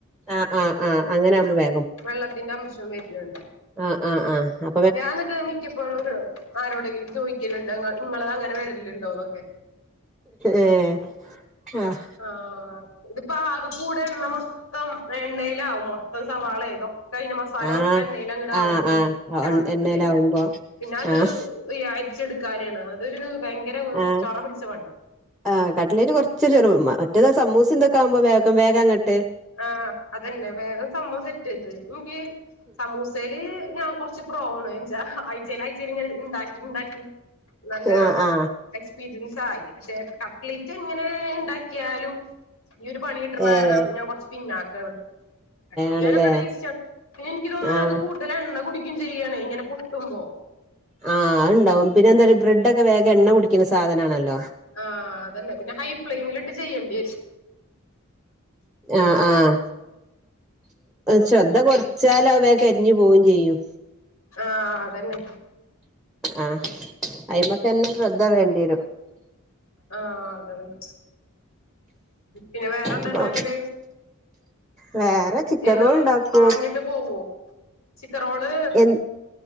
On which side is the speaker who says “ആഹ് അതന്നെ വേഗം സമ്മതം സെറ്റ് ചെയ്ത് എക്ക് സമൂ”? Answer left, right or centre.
Left